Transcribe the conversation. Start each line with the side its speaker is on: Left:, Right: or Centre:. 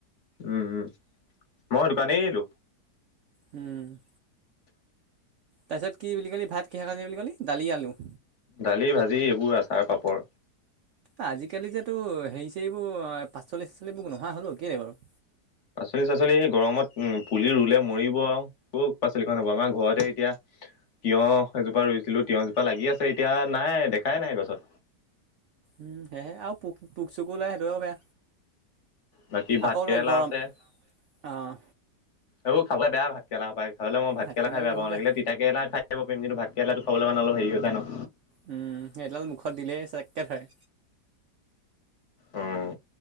Left: উম উম মই দোকানে এৰিলো
Right: উম তাৰপিছত কি বুলি ক'লি ভাত কিহে খালি বুলি কলি দালি, আলু
Left: দালি, ভাজি, এইবোৰ আচাৰ, পাপৰ
Right: আজিকালি যে তো হেৰি- চেৰিবোৰ আঁ পাচলি-চাচলিবোৰ নোহোৱা হ'ল অও কেলেই বাৰু?
Left: পাচলি-চাচলি হে গৰমত উম পুলি ৰুলে মৰিব আও ক'ত পাচলিখন হ'ব। আমাৰ ঘৰতে এতিয়া তিঁয়হ এজোপা ৰুইছিলোঁ। তিঁয়হজোপা লাগি আছে এতিয়া। নাই, দেখাই নাই গছত।
Right: উম, সেয়েহে আৰু পোক্, পোক-চোকো লাগে সেইটো বেয়া।
Left: বাকী ভাত
Right: আকৌ
Left: কেৰেলা
Right: ৰ' গৰম
Left: আছে
Right: অঁ।
Left: এইবোৰ খাবলে বেয়া ভাতকেৰেলা সোপা। খাবলে মই ভাতকেৰেলা
Right: ভাতকেৰেলাডাল
Left: খাই বয়া
Right: বহুত
Left: পাওঁ
Right: বেয়া
Left: লাগিলে মই তিতা কেৰেলা খা বলে পাৰিম কিন্তু ভাতকেৰেলাটো খাবলেমানে অলপ হেৰি হৈ যায় ন'?
Right: উম, সেইডাল মুখত দিলেই চককে ধৰে।
Left: উম